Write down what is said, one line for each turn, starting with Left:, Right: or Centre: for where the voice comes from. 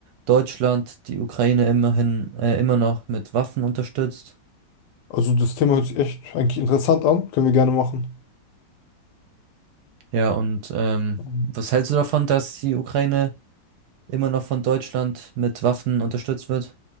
Right: Deutschland die Ukraine immerhin äh, immer noch mit Waffen unterstützt.
Left: Also das Thema hört sich echt eigentlich interessant an, können wir gerne machen.
Right: Ja, und ähm,
Left: Mhm.
Right: was hältst du davon, dass die Ukraine immer noch von Deutschland mit Waffen unterstützt wird?